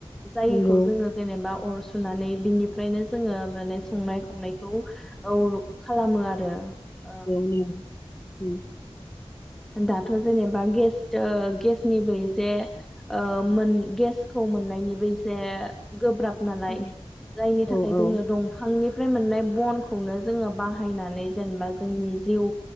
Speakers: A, in the centre; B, on the left.
A: जायखौ
B: नंगौ
A: जोङो जेनेबा अर सुनानै बिनिफ्रायनो जोङो माने संनाय खावनायखौ औ खालामो आरो
B: <unintelligible>
A: ओं दाथ' जेनेबा गेस ओ गेसनिबो एसे ओ मोन गेसखौ मोननायनिबो एसे गोब्राब नालाय
B: उम
A: जायनि थाखाय
B: औ औ
A: जोंनो दंफांनि फ्राय मोननाय बनखौनो जोङो बाहायनानै जेनेबा जोंनि जिउ